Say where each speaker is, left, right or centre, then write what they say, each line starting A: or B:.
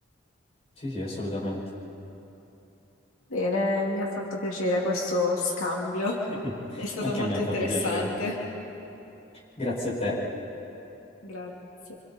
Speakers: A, on the left (about 30°); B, on the left (about 85°).
A: Sì, sì, assolutamente.
B: Bene, mi ha fatto piacere questo scambio. <laughs>
A: <laughs>
B: È stato
A: Anche
B: molto
A: a me ha fatto
B: interessante.
A: piacere. Grazie a te.
B: Grazie.